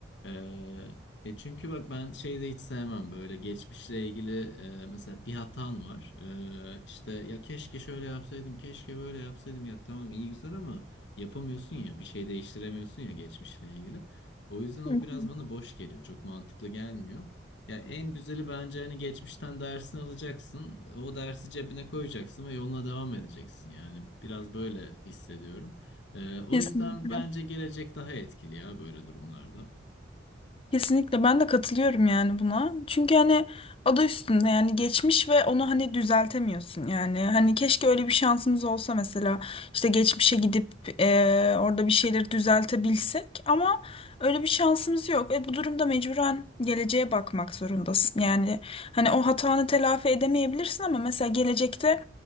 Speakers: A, on the left; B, on the left.
A: E, e çünkü bak ben şeyi de hiç sevmem böyle geçmişle ilgili e, mesela bir hatan var. E, işte ya keşke şöyle yapsaydım, keşke böyle yapsaydım ya tamam iyi güzel ama yapamıyorsun ya, bir şey değiştiremiyorsun ya geçmişle ilgili. O yüzden o
B: <laughs>
A: biraz bana boş geliyor, çok mantıklı gelmiyor. Ya en güzeli bence hani geçmişten dersini alacaksın, o dersi cebine koyacaksın ve yoluna devam edeceksin. Yani biraz böyle hissediyorum. Ee, o
B: Kesinlikle.
A: yüzden bence gelecek daha etkili ya böyle durumlarda.
B: Kesinlikle ben de katılıyorum yani buna. Çünkü hani adı üstünde yani geçmiş ve onu hani düzeltemiyorsun yani. Hani keşke öyle bir şansımız olsa mesela işte geçmişe gidip eee, orada bir şeyleri düzeltebilsek ama öyle bir şansımız yok. E bu durumda mecburen geleceğe bakmak zorundasın. Yani hani o hatanı telafi edemeyebilirsin ama mesela gelecekte